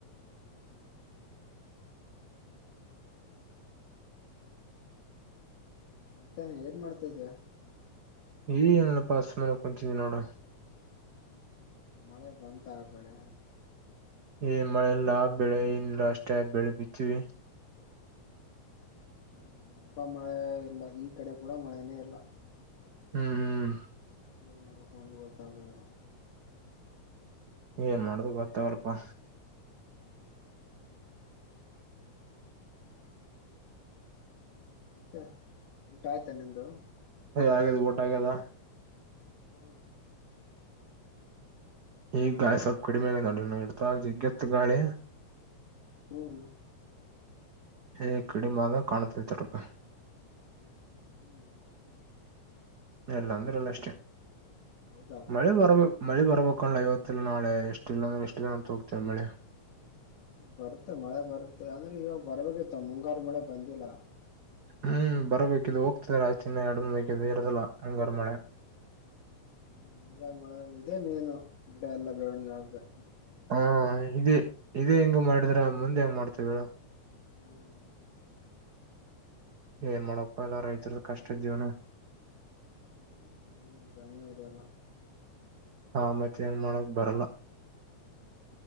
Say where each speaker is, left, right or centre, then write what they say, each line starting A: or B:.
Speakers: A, on the left; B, on the right.
A: ಹ್ಮ್. ಹ್ಮ್. ಮತ್ತೆ ಏನ್ ಮಾಡ್ತಾ ಇದಿಯ.
B: ಏನಿಲ್ಲ ಪಾ ಸುಮ್ನೆ ಕುಂತಿವ ನೋಡ.
A: ಮಳೆ ಬಂದ ಆ ಕಡೆ.
B: ಈ ಮಳೆಲ್ಲಾ ಬೆಳೆ ಇಲ್ಲ ಅಷ್ಟೇ ಬೆಳೆ ಬಿತ್ತೀವಿ.
A: ಹ್ಮ್ ತುಂಬಾ ಮಳೆ ಇಲ್ಲ ಈ ಕಡೆ ಕೂಡ ಮಳೆನೇ ಇಲ್ಲ.
B: ಹ್ಮ್. ಹ್ಮ್
A: ಏನು ಮಾಡಬೇಕು ಅಂದು ಗೊತ್ತಾಗದು.
B: ಏನ್ ಮಾಡ್ಬೇಕು ಗೊತ್ತಗವಲ್ಪಾ.
A: ಹ್ಮ್. ಮತ್ತೆ ಊಟ ಆಯ್ತಾ ನಿಂದು.
B: ಆಗ್ಯದ ಊಟ ಆಗ್ಯದ.
A: ಹ್ಮ್.
B: ಈಗ ಗಾಳಿ ಸ್ವಲ್ಪ ಕಡಿಮೆ ಆಗ್ಯದ ನೋಡ ಇಡ್ತ ಜಗ್ಗೆತ್ತು ಗಾಳಿ.
A: ಹ್ಮ್.
B: ಹೇ ಕಡಿಮಾಲ ಕಾಣ್ತ ತರಪ.
A: ಹ್ಮ್.
B: ಎಲ್ಲಾ ಅಂದ್ರಲ್ಲ ಅಷ್ಟೇ
A: ಹೌದಾ
B: ಮಳೆ ಬರ್ಬೇಕ. ಮಳ್ಳಿ ಬರ್ಬೇಕು ಅಣ್ಣಾ ಇವತ್ತ ಇಲ್ಲ ನಾಳೆ ಎಷ್ಟ ಇಲ್ಲ ಅಂದ್ರೆ ಎಷ್ಟು ದಿನ ಅಂತ ಹೋಗುತ್ತ್ ಇದ ಮಳ್ಳಿ.
A: ಬರುತ್ತೆ ಮಳೆ ಬರುತ್ತೆ ಅಂದ್ರೆ ಇವಾಗ ಬರ್ಬೇಕಿತ್ತು ಮುಂಗಾರು ಮಳೆ ಬಂದಿಲ್ಲ.
B: ಹ್ಮ್ ಬರಬೇಕಿದ್ದ ಹೋಗ್ತಿದರ <unintelligible> ಚಿನ್ನ ಎಡ ಬೇಕಿದ್ ಇರದಲ್ಲ ಅಂಗಾರ ಮಳೆ
A: ಹ್ಮ್ ಮುಂಗಾರು ಮಳೆ ಇದೆಮೇನು ಗಿಡ ಎಲ್ಲಾ ಬೆಳವಣಿಗೆ ಆಗಕ
B: ಹಾ ಇದ ಇದೇ ಹಿಂಗ ಮಾಡಿದ್ರ ಮುಂದೆ ಹೆಂಗ್ ಮಾಡತ್ತವೇಳ
A: ಹ್ಮ್....
B: ಏನ್ ಮಾಡಕ್ ಪ್ಪಾ ಅಣ್ಣಾ ರೈತರದ ಕಷ್ಟ ಆಯ್ತಿ ಜೀವನ.
A: <inaudible> ಹ್ಮ ವರಲ್ಲ
B: ಹಾ ಮತ್ತ ಏನ್ ಮಾಡಕ್ ಬರಲ್ಲ.